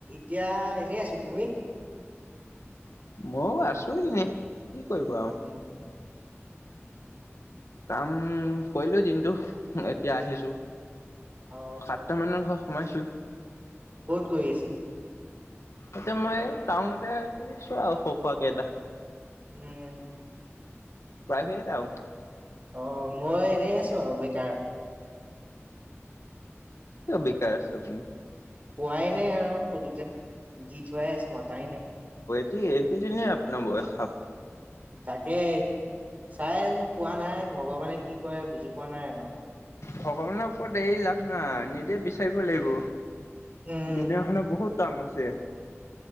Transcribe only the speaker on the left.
মই আছো এনে। কি কৰিব আৰু।
কাম কৰিলোঁ দিন টো, এতিয়া আহিছো।
সাতটা মানৰ ঘৰ সোমাইছো।
এতিয়া মই টাউনতে কৰিছো আৰু শৰু খোৱা কেইটা।
প্ৰাইভেট আওঁ।
কিয় বেকাৰ আছেপ আপুনি?
এইকেইদিনিয় আপোনাৰ বয়সাও
ভগৱানৰ ওপৰত এই লাভ নাই নিজে বিচাৰিব লাগিব।
যুলিয় খানা বহুত কাম আছে।